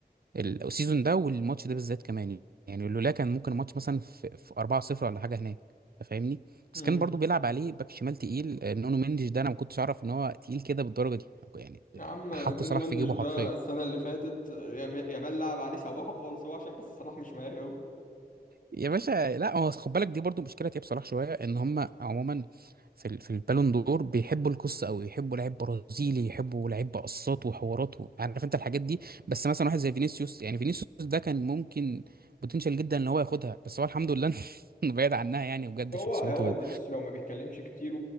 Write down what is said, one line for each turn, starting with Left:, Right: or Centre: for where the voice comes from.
Right: السيزون ده والماتش ده بالذات كمان يعني لولا كان ممكن الماتش مثلا في, في 4-0 ولا حاجه هناك انت فاهمني بس
Left: امم
Right: كان برضو بيلعب عليه باك شمال تقيل آه، نونو مندش ده انا ما كنتش اعرف ان هو تقيل كده بالدرجه دي يعني
Left: يا
Right: آه،
Left: عم نونو
Right: حط صلاح
Left: مندش
Right: في جيبه
Left: ده
Right: حرفيا
Left: السنه اللي فاتت يام- يامال لعب عليه سواحه خالص هو عشان بس صلاح مش مهاري قوي
Right: يا باشا لا هو خد بالك دي برضو مشكله تياب صلاح شويه ان هم عموما في ال- في البالون دور بيحبوا القصه قوي يحبوا لعيب برازيلي يحبوا لعيب قصات وحوارات و- عارف انت الحاجات دي بس مثلا واحد زي فينيسيوس يعني فينيسيوس ده كان ممكن بوتنشال جدا ان هو ياخدها بس هو الحمد لله <laughs> بعيد عنها يعني بجد
Left: هو
Right: شخصيته
Left: هو فينيسيوس لو ما بيتكلمش كتير